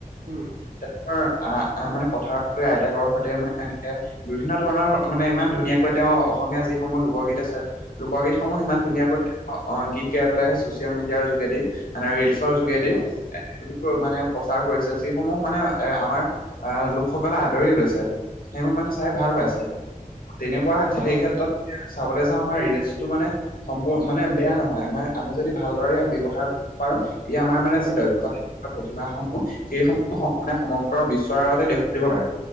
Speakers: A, on the right; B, on the left.
A: উম
B: <unintelligible> আহ
A: উম
B: মানে পথাৰত পৰাই আইতাকৰ সৈতে মানে এনকে বিভিন্ন ধৰণৰ মানে ইমান ধুনীয়াকৈ তেওঁ অসমীয়া যিসমূহ লোকগীত আছে। লোকগীতসমূহ সিমান
A: উম
B: ধুনীয়া কৈ অ', অ', গীত গাই পেলাই ছচিয়েল মিডিয়াৰ যোগেদি মানে ৰিলচৰ যোগেদি
A: হয়
B: <unintelligible> বোৰ মানে প্ৰচাৰ কৰিছে যিসমূহ মানে এ আমাৰ আহ লোকসকলে আদৰি লৈছে। সেইবোৰ মানে চাই ভাল
A: হয়
B: পাইছে
A: হয়
B: তেনেকুৱা
A: অ
B: সেই ক্ষেত্ৰত চাবলৈ ত' আমাৰ ৰিলেচটো মানে সম্প মানে বেয়া নহয় আমি যদি ভালদৰে
A: অ
B: ইয়াক ব্যৱহাৰ পাৰো। ই আমাৰ মানে
A: হয়
B: যি দক্ষতা প্ৰতিভাসমূহ সেইসমূহ সমানে সমগ্ৰ বিশ্বৰ আগতে দেখুৱাই দিব পাৰে,